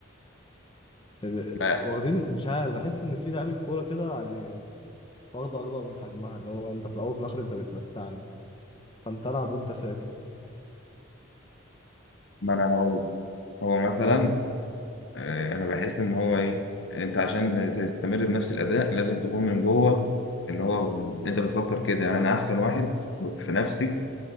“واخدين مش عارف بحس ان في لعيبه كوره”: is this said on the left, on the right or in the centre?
Left